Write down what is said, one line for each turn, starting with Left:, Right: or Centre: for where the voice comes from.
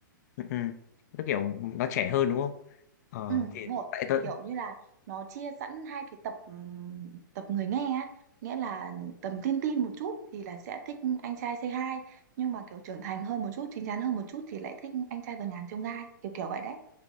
Left: Ừ. ừ. Nó kiểu nó trẻ hơn đúng không? Ờ,
Right: Ừ,
Left: thì
Right: đúng rồi
Left: tại tớ,
Right: kiểu như là nó chia sẵn hai cái tập ừm, tập người nghe á nghĩa là tầm teen teen một chút thì là sẽ thích anh trai Say Hi nhưng mà kiểu trưởng thành hơn một chút chín chắn hơn một chút thì lại thích anh trai vượt ngàn chông gai kiểu kiểu vậy đấy